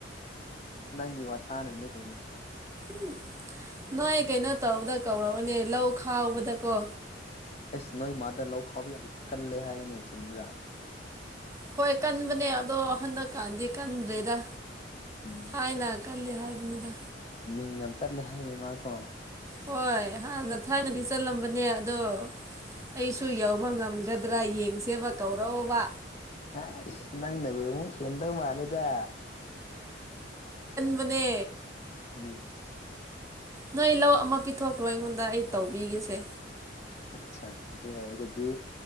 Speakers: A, on the left; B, on the right.
A: ꯅꯪꯒꯤ ꯋꯥ ꯇꯥꯅꯅꯦ ꯀꯩꯅ
B: ꯎ ꯅꯣꯏ ꯀꯩꯅꯣ ꯇꯧꯕꯗ ꯀꯧꯔꯕꯅꯦ ꯂꯧ ꯈꯥꯎꯕꯗꯀꯣ
A: ꯑꯩꯁ ꯅꯣꯏ ꯃꯥꯗ ꯂꯧ ꯈꯥꯎꯕ ꯌꯥꯝ ꯀꯜꯂꯦ ꯍꯥꯏꯅꯦ ꯑꯩ ꯆꯨꯝꯕ꯭ꯔꯥ
B: ꯍꯣꯏ ꯀꯟꯕꯅꯦ ꯑꯗꯣ ꯍꯟꯗꯛꯀꯥꯟꯗꯤ ꯀꯟꯗ꯭ꯔꯦꯗ
A: ꯎꯝ
B: ꯊꯥꯏꯅ ꯀꯜꯂꯦ ꯍꯥꯏꯕꯅꯤꯗ
A: ꯃꯤꯡ ꯌꯥꯝ ꯆꯠꯂꯦ ꯍꯥꯏꯅꯦ ꯃꯥꯀꯣ
B: ꯍꯣꯏ ꯍꯥꯟꯅ ꯊꯥꯏꯅꯗꯤ ꯆꯠꯂꯝꯕꯅꯦ ꯑꯗꯣ ꯑꯩꯁꯨ ꯌꯧꯕ ꯉꯝꯒꯗ꯭ꯔꯥ ꯌꯦꯡꯁꯦꯕ ꯀꯧꯔꯕ
A: ꯍ ꯏ ꯅ ꯅꯕ ꯁꯦꯟꯗ ꯃꯥꯂꯦꯗ
B: ꯃꯅꯦ
A: ꯎꯝ
B: ꯅꯣꯏ ꯂꯧ ꯑꯃ ꯄꯤꯊꯣꯛꯈ꯭ꯔꯣ ꯑꯩꯉꯣꯟꯗ ꯑꯩ ꯇꯧꯕꯤꯒꯁꯦ
A: ꯑꯠꯆꯥ ꯑꯗꯨ ꯑꯣꯏꯔꯒꯗꯤ